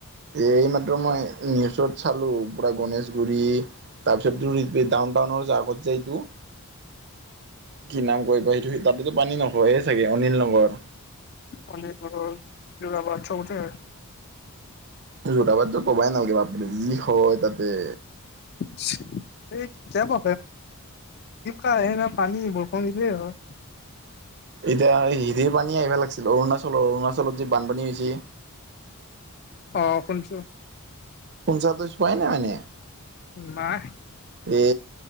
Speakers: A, on the right; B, on the left.
A: এইমাত্ৰ মই নিউজত চালো, পুৰা গণেশগুৰি। তাৰপিছত তোৰ এইটো ডাউন টাউনৰ আগত যে এইটো কি নাম কয় বা সেইটো, হে তাততো পানী নহয়েই চাগে! অনিল নগৰ।
B: অনিল নগৰ, যোৰাবাট চবতে
A: যোৰাবাটটো কবাই নালাগে বাপৰে যি হয় তাতে!
B: <unintelligible> প্ৰদীপ <unintelligible> আহে নে পানী, বৰষুণ দিলে হয়।
A: এতিয়া হিৰিৰ পানী আহিবা লাগছিল, অৰুণাচলৰ, অৰুণাচলত যে বানপানী হৈছি!
B: অ' শুনছো।
A: শুনচা, তই চোৱাই নাই মানে!
B: নাই
A: এ